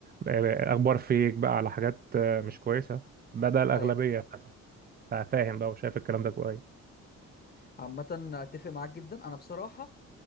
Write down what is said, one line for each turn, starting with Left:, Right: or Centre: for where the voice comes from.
Right: بقى- اخبار فيك بقى على حاجات آه، مش كويسه بدل الاغلبيه
Left: ايوه
Right: للاسف انت فاهم بقى وشايف الكلام ده كويس
Left: عامه اتفق معاك جدا انا بصراحه